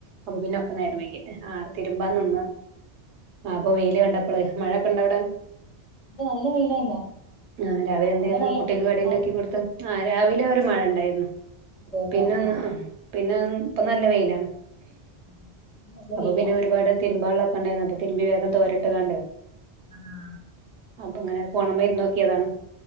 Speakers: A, on the right; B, on the left.
A: അപ പിന്നൊക്കെ ന്നേരംവെയ്കി ആഹ് തിരുമ്പാന്ന്ന്ന് ആപ്പം വെയ്ല് കണ്ടപ്പള് മഴൊക്കണ്ടഔടെ?
B: ഇത് നല്ല വെയിലാ ഇന്ന്
A: ആഹ് രാവിലെ
B: അ-
A: എന്തേന്ന്
B: അവിടെ മഴ
A: കുട്ടിക്ക് കടിണ്ടാക്കി
B: മഴ
A: കൊടുത്തഹ് ആഹ് രാവിലെ ഒരു മഴ ഇണ്ടായിര്ന്ന്
B: അതെല്ലേ
A: പിന്നൊന്ന്
B: ആ
A: പിന്നൊം പ്പം ന്നല്ല വെയിലാണ്
B: ആ, ഇന്ന് നല്ല
A: അപ്പ
B: വെയിലാ
A: പിന്നെ ഒരുപാട് തിരുമ്പാള്ളൊക്കെ ഇണ്ടായിന്നു അപം തിര്മ്പി വേഗം തോരട്ട് കാണ്ട്
B: ആഹ്
A: അപ്പങ്ങെനെ ഫോണ് മ്മേ ഇര്ന്ന് ന്നോക്കിയതാണ്